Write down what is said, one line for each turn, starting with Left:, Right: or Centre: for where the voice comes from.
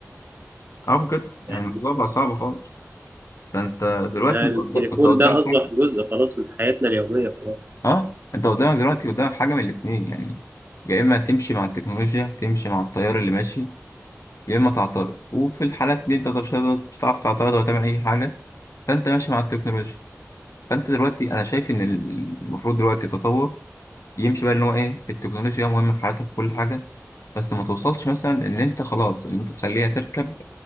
Left: اه بجد
Right: يعني
Left: يعني الموضوع بقى صعب خالص فانت دلوقتي
Right: يعني
Left: انت
Right: التليفون
Left: قدام انت قدام
Right: ده أصبح
Left: حاجه
Right: جزء خلاص من حياتنا اليومية خلاص
Left: اه انت قدامك دلوقتي قدامك حاجه من الاثنين يعني يا اما تمشي مع التكنولوجيا تمشي مع التيار اللي ماشي يا اما تعترض وفي الحالات دي انت مش هتقدر- مش هتعرف تعترض ولا تعمل اي حاجه فانت ماشي مع التكنولوجيا فانت دلوقتي انا شايف ان ال- المفروض دلوقتي التطور يمشي بقى ان هو ايه التكنولوجيا مهمه في حياتك كل حاجه بس ما توصلش مثلا ان انت خلاص ان انت تخليها تركب